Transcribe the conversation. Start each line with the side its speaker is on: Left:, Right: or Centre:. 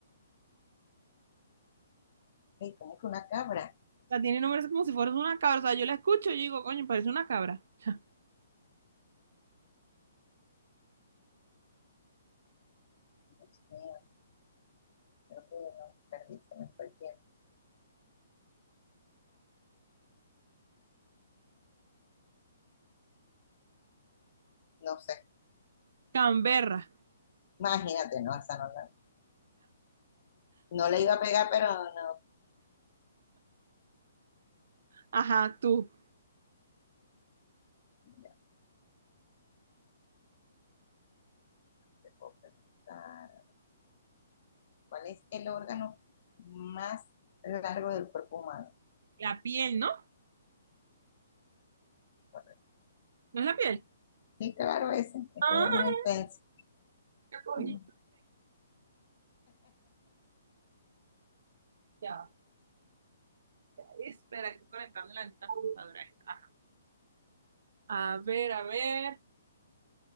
Left: ay, ¿cómo que una cabra?
Right: O sea, tiene nombres como si fuera una cabra. O sea, yo la escucho y digo, coño, parece una cabra. <laughs>
Left: Dios mío. creo que no perdí, se me fue el tiempo. No sé,
Right: Canberra.
Left: imagínate, no, esa no la, no le iba a pegar, pero no,
Right: Ajá, tú.
Left: ya te puedo preguntar. ¿Cuál es el órgano más largo del cuerpo humano?
Right: La piel, ¿no?
Left: Correcto.
Right: ¿No es la piel? <laughs>
Left: Sí, claro, ese, ese
Right: Ah,
Left: es el más intenso.
Right: Ya. cogí.
Left: <laughs>
Right: Ya. Espera, estoy conectando la neta computadora. Ajá. A ver, a ver.